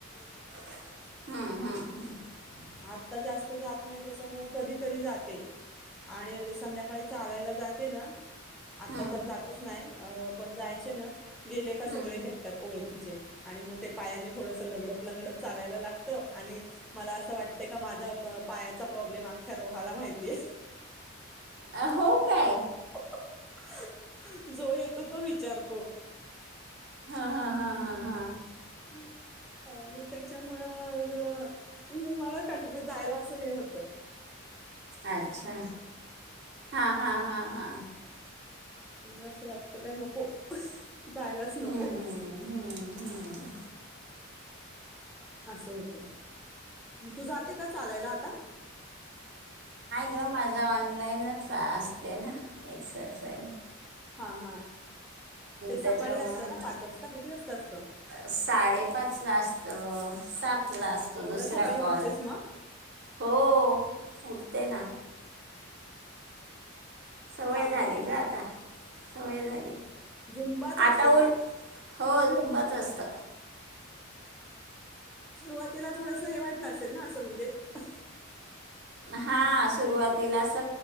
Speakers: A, on the right; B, in the centre.
A: हम्म हम्म हम्म
B: आत्ता जास्त जात नाही त्याच्यामुळ कधीतरी जाते आणि संध्याकाळी चालायला जाते ना आता
A: हम्म
B: तर जातच नाही अ पण जायचे ना गेले क
A: हम्म
B: सगळे भेटतात ओळखीचे आणि मग ते पायाने थोडस लगडत लगडत चालायला लागतं आणि मला असं वाटतं का माझा पायाचा प्रॉब्लेम त्या रोहाला माहितीय
A: अ हो काय
B: <unintelligible> <unintelligible> जो येतो तो विचारतो.
A: हा हा हा हा हा
B: हम अ मग त्याच्यामुळं मग मला क जायला असं हे होत
A: अच्छा हा. हा. हा. हा.
B: तुला असं वाटतं काय नको जायलाच नको
A: हम्म हम्म हम्म
B: असं होतं तू जाते का चालायला आता
A: जो माझा ऑनलाईनच असते ना एक्सरसाईज <unintelligible>
B: हा हा ते सकाळी
A: त्याच्यामुळं
B: असतं का पाच वाजता किती वाजता असतं
A: साडेपाच ला असत सात ला असतो
B: एवढ्या
A: दुसरा
B: सकाळी उठतेस
A: कॉल
B: मग
A: हो... देना सवय
B: चांगलं
A: झाली
B: आहे मग
A: ग आता सवय झाली.
B: झुंबाच
A: आता
B: असतो
A: उल
B: का?
A: हो झुंबाच असत
B: सुरुवातीला थोडस हे वाटलं असेल ना असं म्हणजे हां.
A: हा सुरुवातीला अस